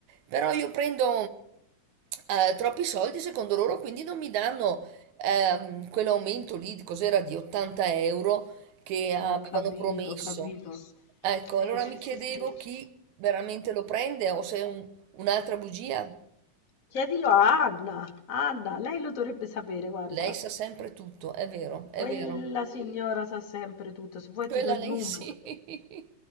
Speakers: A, on the right (about 70°); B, on the left (about 70°).
A: però io prendo eh, troppi soldi, secondo loro, quindi non mi danno ehm, quell'aumento lì, di- cos'era, di 80 euro che avevano
B: Ho capito,
A: promesso.
B: ho capito. Sì,
A: Ecco, allora
B: sì,
A: mi chiedevo
B: sì, sì.
A: chi veramente lo prende o se è un- un'altra bugia.
B: Chiedilo a Anna. Anna, lei lo dovrebbe sapere, guarda.
A: Lei sa sempre tutto, è vero, è
B: Poi
A: vero.
B: la signora sa sempre tutto. Se vuoi
A: Quella
B: ti do il
A: lei
B: numero.
A: sì, <laughs>